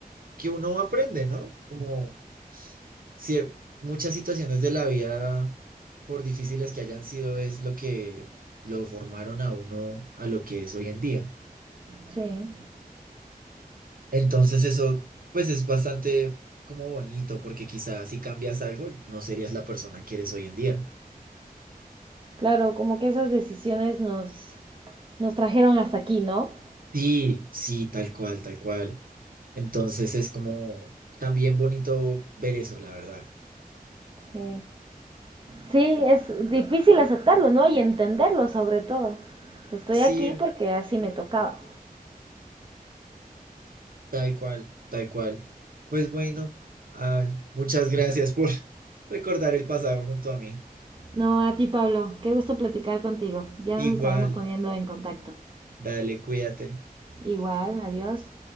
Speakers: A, on the right; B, on the right.
A: que uno aprende, ¿no? Como si e, muchas situaciones de la vida, por difíciles que hayan sido, es lo que lo formaron a uno a lo que es hoy en día.
B: sí.
A: Entonces eso, pues es bastante como bonito, porque quizás si cambias algo, no serías la persona que eres hoy en día.
B: Claro, como que esas decisiones nos, nos trajeron hasta aquí, ¿no?
A: Sí, sí, tal cual, tal cual. Entonces es como también bonito ver eso, la verdad.
B: Sí. Sí, es difícil aceptarlo, ¿no? Y entenderlo sobre todo. Estoy
A: Sí,
B: aquí porque así me tocaba.
A: tal cual, tal cual. Pues bueno, ay, muchas gracias por <laughs> recordar el pasado junto a mí.
B: No, a ti, Pablo. Qué gusto platicar contigo. Ya
A: Igual,
B: nos estaremos poniendo en contacto.
A: dale, cuídate.
B: Igual, adiós.